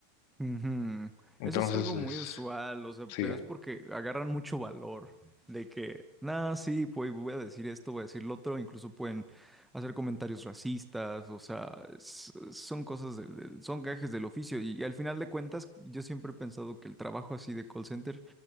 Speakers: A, in the centre; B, on the left.
A: Ujú.
B: Entonces
A: Eso es algo
B: es,
A: muy usual, o sea,
B: sí.
A: pero es porque agarran mucho valor de que, nada, sí, pues voy a decir esto, voy a decir lo otro, incluso pueden hacer comentarios racistas, o sea, es- son cosas, de- de- son gajes del oficio y, al final de cuentas yo siempre he pensado que el trabajo así de call center